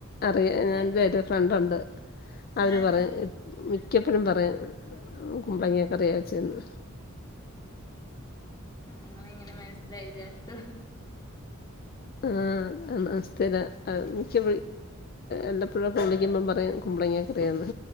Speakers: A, on the left (about 45°); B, on the left (about 20°).
A: അറിയാ
B: ഏഹ്
A: എന്റെ ഒരു ഫ്രണ്ട് ഉണ്ട് അവര്
B: ആഹ്
A: പറയും മിക്കപ്പോഴും പറയും കുമ്പളങ്ങ കറിയാ വെച്ചെന്ന്
B: ഇങ്ങളെ എങ്ങന്നെ മനസ്സിലായി വിചാരിച്ച്
A: ആഹ് ആഹ് സ്ഥിര മിക്ക എല്ലപ്പോഴും വിളിക്കുമ്പം പറയും കുമ്പളങ്ങൊക്കറിയാന്ന്